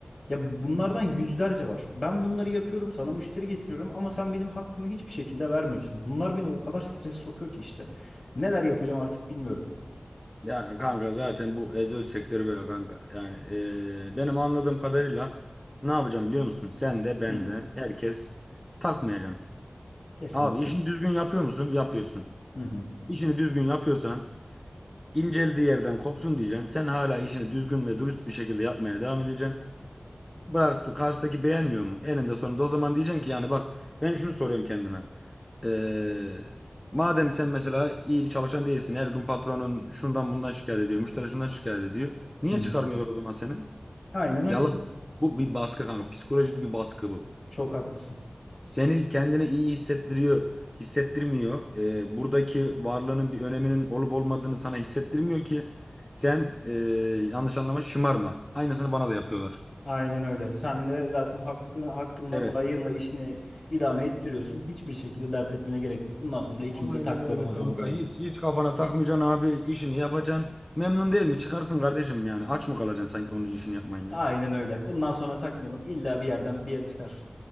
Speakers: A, on the left; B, on the left.
A: Ya bunlardan yüzlerce var. Ben bunları yapıyorum, sana müşteri getiriyorum ama sen benim hakkımı hiçbir şekilde vermiyorsun. Bunlar beni o kadar stres sokuyor ki işte. Neler yapacağım artık bilmiyorum.
B: Yani kanka zaten bu özel sektörü böyle kanka. Yani e, benim anladığım kadarıyla ne yapacağım biliyor musun? Sen de ben
A: Hı,
B: de herkes takmayacaksın.
A: kesinlikle.
B: Abi işini düzgün yapıyor musun? Yapıyorsun.
A: Hı hı,
B: İşini düzgün yapıyorsan inceldiği yerden kopsun diyeceksin. Sen hala işini düzgün ve dürüst bir şekilde yapmaya devam edeceksin. Bıraktı karşıdaki beğenmiyor mu? Eninde sonunda o zaman diyeceksin ki yani bak ben şunu soruyorum kendime. Ee, madem sen mesela iyi bir çalışan değilsin. Her gün patronun şundan bundan şikayet ediyor. Müşteri şundan şikayet ediyor. Niye
A: hı hı.
B: çıkarmıyorlar o zaman seni?
A: Aynen öyle.
B: Yalan. Bu bir baskı kanka. Psikolojik bir baskı bu.
A: Çok haklısın.
B: Seni kendini iyi hissettiriyor, hissettirmiyor. Ee, buradaki varlığının bir öneminin olup olmadığını sana hissettirmiyor ki sen ee, yanlış anlama şımarma. Aynısını bana da yapıyorlar.
A: Aynen öyle. Sen de zaten hakkı, hakkınla,
B: Evet.
A: layığınla işini idame ettiriyorsun. Hiçbir şekilde dert etmene gerek yok. Bundan sonra ikimiz
B: Aynen
A: de takmayalım
B: öyle
A: hocam
B: kanka.
A: o zaman
B: Hiç
A: yani.
B: hiç kafana takmayacaksın abi. işini yapacaksın. Memnun değil mi? Çıkarsın kardeşim yani. Aç mı kalacaksın sanki onun işini yapmayınca?
A: Aynen öyle. Bundan sonra takmayalım. İlla bir yerden bir el çıkar.